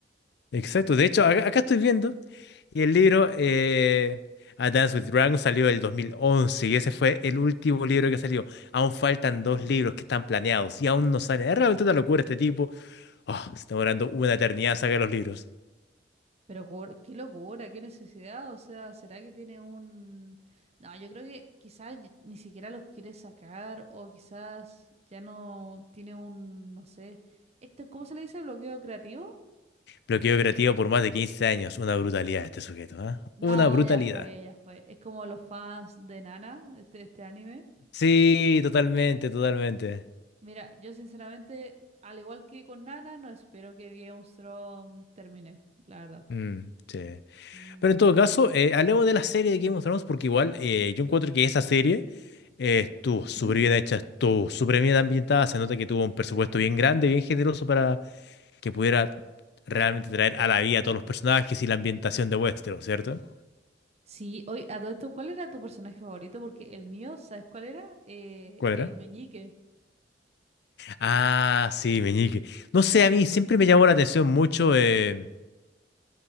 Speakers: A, on the left; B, on the right.
A: exacto. De hecho, acá, acá estoy viendo. Y el libro eh, A Dance with Dragons salió el 2011 y ese fue el último libro que salió. Aún faltan dos libros que están planeados y aún no salen. Es realmente una locura este tipo. Oh, se está demorando una eternidad en sacar los libros.
B: Pero cor- qué locura, qué necesidad. O sea, ¿será que tiene un...? No, yo creo que quizás y- ni siquiera los quiere sacar o quizás ya no tiene un, no sé, este, ¿cómo se le dice? ¿Bloqueo creativo?
A: Bloqueo creativo por más de 15 años. Una brutalidad este sujeto, ¿ah?
B: No,
A: Una brutalidad.
B: ya fue, ya fue. Es como los fans de Nana, este, este anime.
A: Sí, totalmente, totalmente.
B: Mira, yo sinceramente, al igual que con Nana, no espero que Game of Thrones termine, la verdad.
A: Mm, sí.
B: Mm.
A: Pero en todo caso, eh, hablemos de la serie de Game of Thrones porque igual eh, yo encuentro que esa serie eh, estuvo
B: Ujú.
A: súper bien hecha, estuvo súper bien ambientada, se nota que tuvo un presupuesto bien grande, bien generoso para que pudiera realmente traer a la vida a todos los personajes y la ambientación de Westeros, ¿cierto?
B: Sí, oye, a todo esto, ¿cuál era tu personaje favorito? Porque el mío, ¿sabes cuál era? Eh,
A: ¿Cuál
B: el
A: era?
B: meñique.
A: Ah, sí, Meñique. No sé, a mí siempre me llamó la atención mucho eh,